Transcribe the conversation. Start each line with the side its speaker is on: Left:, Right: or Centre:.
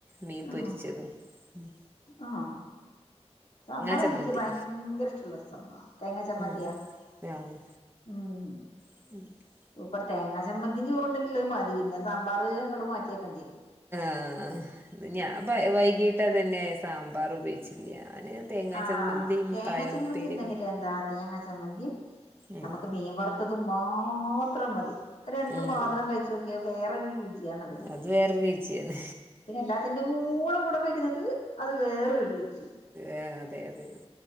Right: മീൻ പൊരിച്ചതും
Left: ആഹ്
Right: മ്
Left: ആഹ് സാമ്പാറെനിക്ക്
Right: ചമ്മന്തി
Left: ഭയങ്കര ഇഷ് ട്ടുള്ള സംഭവ തേങ്ങ ചമ്മന്തിയാ
Right: ഉം ആഹ്
Left: ഉം
Right: <unintelligible>
Left: സൂപ്പർ തേങ്ങാ ചമ്മന്തിയും ചോറുണ്ടെങ്കില് അത് മതി പിന്നെ സാമ്പാർ അങ്ങട്ട് മാറ്റിയെക്കേണ്ടിരും.
Right: ആഹ് ഇന്ന് ഞാൻ വൈകീട്ട് അതന്നെ സാമ്പാർ ഉപയോഗിച്ചില്ല ഞാന് തേങ്ങാ
Left: ആഹ്
Right: ചമ്മന്തിയും
Left: തേങ്ങ
Right: പയറുപ്പേരിയൊക്കെ
Left: ചമ്മന്തി ണ്ടെങ്കിലെന്താ തേങ്ങാ ചമ്മന്തിം
Right: ഉം
Left: നമുക്ക് മീൻ വറുത്തതും മാത്രം മതി രണ്ടു
Right: ഉം
Left: മാത്രം കഴിച്ചു നോക്കിയേ വേറൊരു രുചിയാണത്. പിന്നെ,
Right: അത് വേറെ രുചിയാണ്
Left: പിന്നെ എല്ലാത്തിന്റെകൂടെ കൂടെ കഴിക്കുന്നത് അത് വേറൊരു രുചി.
Right: ഏ അതെ അതെ